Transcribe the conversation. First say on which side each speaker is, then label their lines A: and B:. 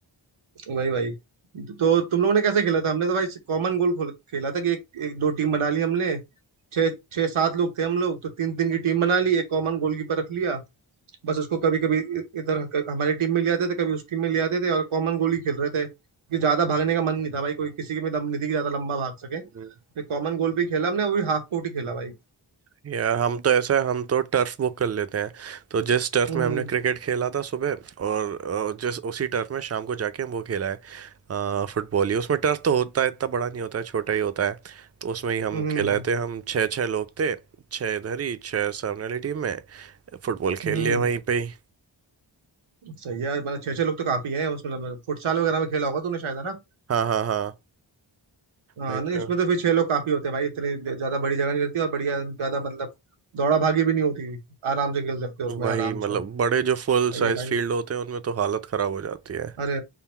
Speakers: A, on the right (about 85°); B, on the right (about 35°).
A: वही वही तो तुम लोगों ने कैसे खेला था हमने तो भाई कॉमन गोल खोल खेला था कि एक, एक दो टीम बना ली हमने छः छः सात लोग थे हम लोग तो तीन तीन की टीम बना ली एक कॉमन गोलकीपर रख लिया बस उसको कभी कभी इधर क- हमारी टीम में ले आते थे कभी उस टीम में ले आते थे और कॉमन गोल ही खेल रहे थे कि ज्यादा भागने का मन नहीं था भाई कोई किसी के में दम नहीं थी कि ज्यादा लंबा भाग सके तो
B: हम्म।
A: कॉमन गोल पे ही खेला हमने वो भी हाफ कोर्ट ही खेला भाई
B: यार हम तो ऐसा है हम तो टर्फ बुक कर लेते हैं तो जिस टर्फ
A: हम्म
B: में हमने क्रिकेट खेला था सुबह और अ, जिस उसी टर्फ में शाम को जाके हम वो खेला है अ, फुटबॉल ही उसमें टर्फ तो होता है इतना बड़ा नहीं होता है छोटा ही होता है तो उसमें ही हम
A: हम्म
B: खेलाए थे हम छः छः लोग थे छः इधर ही छः सामने वाली टीम में फुटबॉल खेल
A: हम्म
B: लिया
A: हम्म।
B: वहीं पे ही
A: सही है यार, मतलब छः छः लोग तो काफी है उसमें मतलब फुटसाल वगैरह में खेला होगा तूने शायद है ना
B: हाँ हाँ हाँ
A: हाँ
B: वहीं
A: नहीं
B: पे
A: उसमें तो फिर छह लोग काफी होते हैं भाई इतनी ज्यादा बड़ी जगह नहीं रहती और बढ़िया ज्यादा मतलब दौड़ा भागी भी नहीं होती आराम से खेल सकते हो उसमें
B: वही
A: आराम से
B: मतलब बड़े जो फुल
A: सही
B: साइज
A: है भाई
B: फील्ड होते हैं उनमें तो हालत खराब हो जाती है
A: अरे